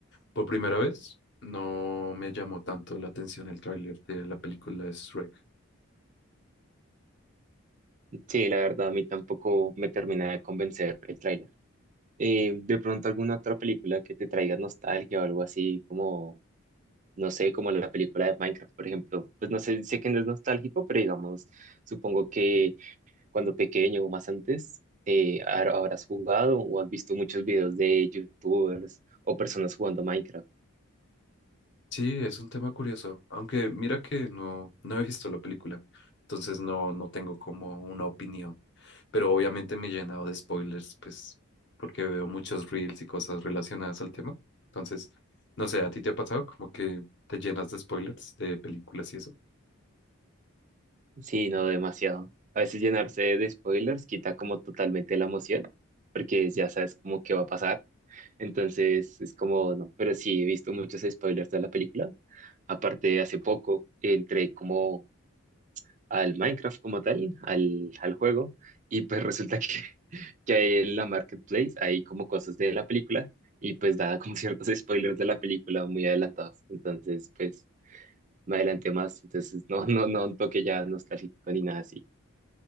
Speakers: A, on the left (about 55°); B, on the right (about 35°).
A: por primera vez no me llamó tanto la atención el tráiler de la película de Shrek.
B: Sí, la verdad a mí tampoco me termina de convencer el tráiler. Eh, de pronto alguna otra película que te traiga nostalgia o algo así, como, no sé, como la película de Minecraft, por ejemplo. Pues no sé, sé que no es nostálgico, pero digamos, supongo que cuando pequeño o más antes, eh, har- habrás jugado o has visto muchos videos de YouTubers o personas jugando Minecraft.
A: Sí, es un tema curioso, aunque mira que no, no he visto la película, entonces no, no tengo como una opinión, pero obviamente me he llenado de spoilers, pues porque veo muchos reels y cosas relacionadas al tema. Entonces, no sé, ¿a ti te ha pasado como que te llenas de spoilers de películas y eso?
B: Sí, no demasiado. A veces llenarse de spoilers quita como totalmente la emoción, porque ya sabes como qué va a pasar. Entonces es como, no, pero sí, he visto muchos spoilers de la película. Aparte, hace poco entré como al Minecraft como tal, al, al juego, y pues resulta que, <laughs> que ahí en la marketplace hay como cosas de la película y pues daba como ciertos <laughs> spoilers de la película muy adelantados. Entonces, pues me adelanté más, entonces no, no, no un toque ya nostálgico ni nada así.